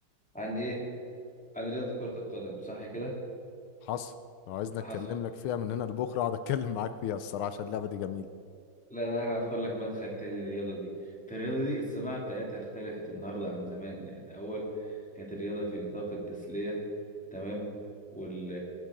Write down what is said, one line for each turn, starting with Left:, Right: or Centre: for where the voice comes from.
Centre: عن ايه عن رياضه كره القدم صح كده
Left: حصل لو عايزني اتكلم
Centre: حصل
Left: لك فيها من هنا لبكره اقعد اتكلم معاك فيها الصراحه عشان اللعبه دي جميله
Centre: لا ده انا هدخل لك مدخل تاني الرياضه دي الرياضه دي الصناعه بتاعتها اختلفت النهارده عن زمان يعني اول كانت الرياضه في نطاق التسليه تمام وال